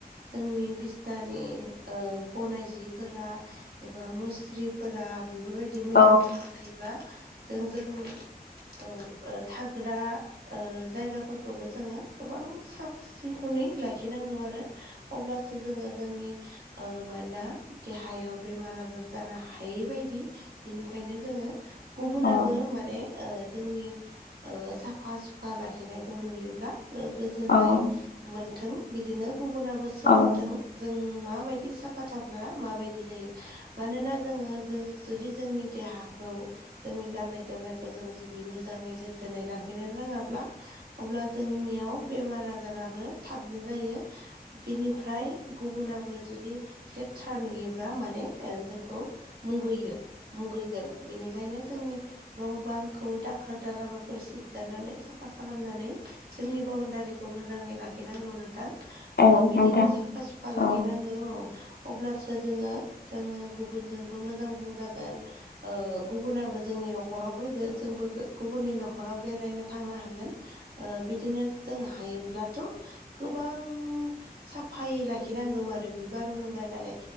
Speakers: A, on the right; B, on the left.
A: जोंनि बिसनानि बनाय जिफोरा एबा मुस्रिफोरा बेफोरबायदि मैला
B: औ
A: मैसाला जायोबा जों जोंनि औ थाग्रा जायगाफोरखौबो जोङो गोबां स सिखौै लाखिनांगौ आरो अब्लासो जोङो जोंनि मानोना देहायाव बेमार आजार जानो हायैबायदि बिनिखायनो जोङो गुबुनाबो
B: औ
A: माने जोंनि साफा सुफा लाखिनायखौ नुयोब्ला गोजोननाय
B: औ
A: मोनथों बिदिनो गुबुनाबो सोलोंथों
B: औ नंगौ औ
A: जों माबायदि साफ थााब्ला माबायदि जायो मानोना जोङो जो जुदि जोंनि देहाखौ जोंनि गाननाय जोमनायखौ जों जुदि मोजाङै जोथोनै लाखिनो रोङाब्ला अब्ला जोंनियाव बेमार आजाराबो थाबनो जायो बिनिफ्राय गुबुनाबो जुदि लेथ्रा नुयोबा माने जोंखौ मुगैयो मुगैगोन बेनिखायनो जोंनि न' बांखौ दाखोर दालाफोरखौ सिबगारनानै साफा खालामनानै जोंनि बाउणडारिखौ मै लाखिांगौ नोंथां
B: औ
A: बिदिनो
B: नोंथां
A: साफा सुफा
B: औ
A: लाखिनांगौ औ अब्लासो जोङो जोङो गुबुनजोंबो मोजां बुंजागोन गुबुनाबो जोंनि न'खराव फैगोन जोंबो गुबुननि न'खराव बेरायनो थांनो हागोन बिदिनो जों हायोब्लाथ' गोबां साफायै लाखिनांगौ आरो बिबार उनु गायनानै